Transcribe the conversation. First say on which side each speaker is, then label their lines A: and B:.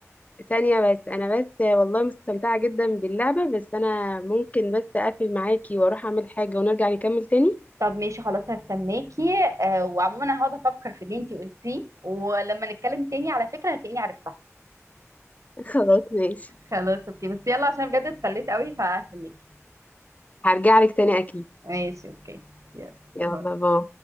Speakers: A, on the left; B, on the right.
A: ثانية بس انا بس والله مستمتعة جدا باللعبة بس انا ممكن بس اقفل معاكي واروح اعمل حاجة ونرجع نكمل تاني
B: طب ماشي خلاص هستناكي آه، وعموما انا هقعد افكر في اللي انتي قلتيه ولما نتكلم تاني على فكرة هتلاقيني عرفتها
A: <laughs> خلاص ماشي
B: خلاص اوكي بس يلا عشان بجد اتسليت قوي فهستناكي
A: هرجع لك تاني اكيد
B: ماشي اوكي يلا
A: يلا
B: باي.
A: باي